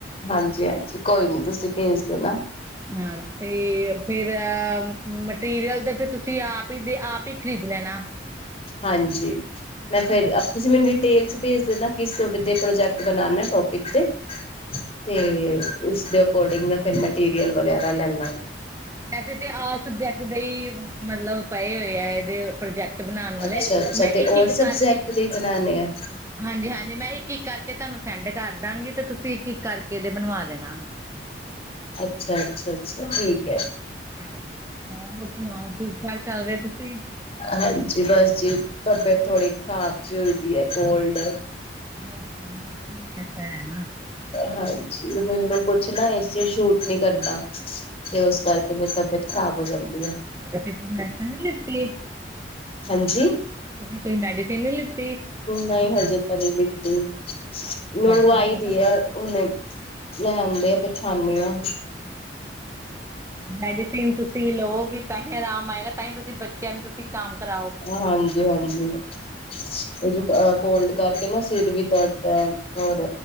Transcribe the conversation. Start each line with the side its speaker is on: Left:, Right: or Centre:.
Left: ਹਾਂਜੀ ਹਾਂਜੀ ਕੋਈ ਨੀ ਤੁਸੀਂ ਭੇਜ ਦਿੋ ਨਾ
Right: ਹਾਂ ਤੇ ਫੇਿਰ ਮਟੀਰੀਅਲ ਤੇ ਫਿਰ ਤੁਸੀਂ ਆਪ ਹੀ ਦੇ ਆਪ ਹੀ ਖਰੀਦ ਲੈਣਾ
Left: ਹਾਂਜੀ ਮੈਂ ਫਿਰ ਤੁਸੀਂ ਮੈਨੂੰ ਡਿਟੇਲ ਚ ਭੇਜ ਦੇਦਾ ਕਿਸ ਤੁਹਾਡੇ ਤੇ ਪ੍ਰੋਜੈਕਟ ਬਣਾ ਟੋਪਿਕ ਤੇ ਤੇ ਉਸਦੇ ਅਕੋਰਡਿੰਗ ਮੈਂ ਫੇਿਰ ਮਟੀਰੀਅਲ ਵਗੈਰਾ ਲੈ ਲਾਗੀ
Right: ਵੈਸੇ ਤਾਂ ਆ ਸਬਜੈਕਟ ਦੇ ਹੀ ਮਤਲਬ ਪਏ ਹੋਏ ਆ ਇਹਦੇ ਪ੍ਰੋਜੈਕਟ ਬਣਾਉਣ ਵਾਲੇ
Left: ਅੱਛਾ-ਅੱਛਾ
Right: ਮੈਂ
Left: ਤੇ
Right: ਇੱਕ
Left: ਔਲ
Right: ਇੱਕ
Left: ਸਬਜੈਕਟ
Right: ਕਰਕੇ
Left: ਦੇ ਹੀ ਬਣਾਣੇ ਆ
Right: ਹਾਂਜੀ ਹਾਂਜੀ ਮੈਂ ਇੱਕ ਇੱਕ ਕਰਕੇ ਤੁਹਾਨੂੰ ਸੈਂਡ ਕਰ ਦਾਂਗੀ ਤੇ ਤੁਸੀਂ ਇੱਕ ਇੱਕ ਕਰਕੇ ਇਹਦੇ ਬਣਵਾ ਦੇਣਾ
Left: ਅੱਛਾ ਅੱਛਾ ਅੱਛਾ ਠੀਕ ਹੈ
Right: ਹਾਂਜੀ ਹੋ ਹੋਰ ਸੁਣਾਓ ਠੀਕ ਠਾਕ ਚੱਲ ਰਹੇ ਤੁਸੀਂ
Left: ਹਾਂਜੀ ਬਸ ਜੀ ਤਬੀਅਤ ਥੋੜੀ ਖਰਾਬ ਜਿ ਹੋਈ ਦੀ ਹੈ ਕੋਲਡ
Right: <inaudible> ਨਹੀਂ ਭੈਣਾ
Left: ਹਾਂਜੀ ਮੈਨੂੰ ਕੁਛ ਨਾ ਏ ਸੀ ਸੂਟ ਨਹੀਂੀ ਕਰਦਾ ਤੇ ਉਸ ਕਰਕੇ ਮੇਰੀ ਤਬੀਅਤ ਖ਼ਰਾਬ ਹੋ ਜਾਂਦੀ ਆ
Right: ਤੁਸੀ ਫਿਰ ਮੈਡੀਸਿਨ ਨਹੀਂ ਲਿਤੀ
Left: ਹਾਂਜੀ
Right: ਤੁਸੀੇ ਕੋਈ ਮੈਡੀਸੀਨ ਨੀ ਲੀਤੀ
Left: ਨਹੀਂ ਹਜੇ ਤਾਂ ਨਹੀਂ ਦਿੱਤੀ ਮੰਗਵਾਈ
Right: ਮੈਡੀਸਨ ਲਓ
Left: ਦੀ
Right: ਨਾ
Left: ਹੈ ਉਹਨੇ ਲੈ ਆਉਂਦੇ ਆ, ਫਿਰ ਖਾਂਦੀ ਹਾਂ।
Right: ਮੈਡੀਸਿਨ ਤੁਸੀਂ ਲਓਗੇ ਤਾਂ ਹੀ ਆਰਾਮ ਆਏਗਾ, ਤਾਂ ਹੀ ਤੁਸੀਂ ਬੱਚਿਆਂ ਨੂੰ ਕੰਮ ਕਰਾ
Left: ਹਾਂਜੀ ਹਾਂਜੀ ਓਹ ਜੁਕਾਮ ਕੋਲਡ ਕਰਕੇ ਨਾ ਸਿਰ ਵੀ ਦਰਦ ਹੈ ਔਰ